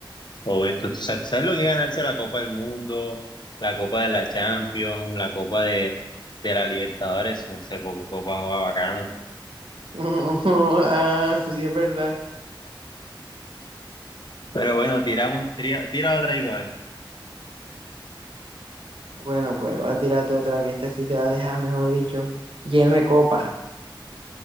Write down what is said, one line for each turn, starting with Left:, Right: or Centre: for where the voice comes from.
Left: O esto, tú sabes sabes lo que es ganarse la Copa del Mundo, la Copa de la Champions, la Copa de, de la Libertadores, o sea, co- copa juega bacano.
Right: <laughs> Ah, eso sí es verdad.
Left: Pero bueno, tira, un, tira, tira otra y va a ver.
Right: Bueno, pues voy a tirarte otra que este sí te va a dejar, mejor dicho, lleno de copa.